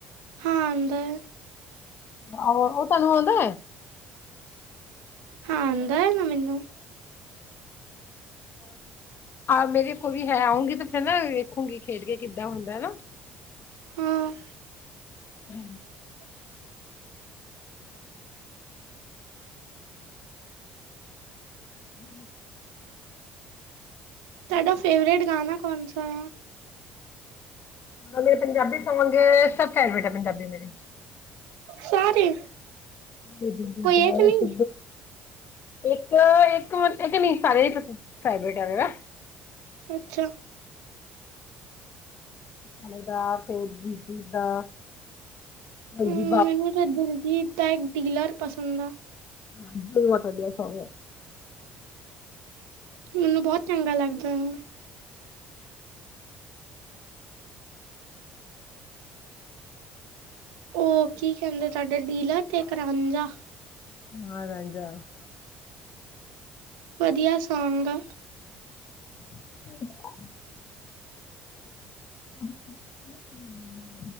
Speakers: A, on the right; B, on the left.
A: ਹਾਂ! ਅਦਰ।
B: ਆਹੋ, ਉ ਤੂਹਾਨੂੰ ਆ਼ਦਾ ਏ।
A: ਹਾਂ! ਅਦਾ ਏ ਨਾ ਮੈਨੂੰ।
B: ਮੇਰੇ ਕੋਲ ਵੀ ਹੈ ਆਉਂਗੀ ਤਾਂ ਫਿਰ ਨਾ। ਖੂਗੀ ਖੇਡ ਕੇ ਕਿੱਦਾਂ ਹੁੰਦਾ ਹਨਾ।
A: ਹੂੰ!
B: ਹੂੰ!
A: <unintelligible>
B: ਹੂੰ!
A: ਤੁਹਾਡਾ ਫੇਵਰੇਟ ਗਾਣਾ ਕੌਣਸਾ ਆ?
B: ਅਹ ਮੇਰੇ ਪੰਜਾਬੀ ਸੌਗ ਸਭ ਫੈਡਰੇਟ ਹੈ ਪੰਜਾਬੀ ਮੇਰੇ।
A: ਸਾਰੇ।
B: ਇੱਕ
A: ਕੋਈ ਨਹੀਂ
B: ਇੱਕ ਤਲ ਨਹੀਂ ਸਾਰੇ ਇਕ ਸੈਕੰਡ ਫੇਵਰਟ ਹੈਗਾ।
A: ਅੱਛਾ
B: ਹਲੇ ਦਾ- ਫੇਰ ਦੀਦੀ ਦਾ,
A: ਹਮ,
B: ਹਾਂਜੀ।
A: ਮੈਨੂੰ ਤਾਂ ਦਿਲਜੀਤ। ਪੈਂਡੀਲਰ ਪਸੰਦ ਆ।
B: ਹਾਂ ਬਹੁਤ ਵਧਿਆ ਸੋਂਗ ਆ।
A: ਮੈਨੂੰ ਬਹੁਤ ਚੰਗਾ ਲੱਗਦਾ ਹੈ। ਉਹ ਕੀ ਕਹਿੰਦੇ ਤੁਹਾਡੇ ਡੀਲਰ ਤੇ ਇੱਕ ਰਾਂਝਾ।
B: ਹਾ ਰਾਂਝਾ।
A: ਵਧੀਆ ਸੌਗਆ।
B: <unintelligible> <unintelligible>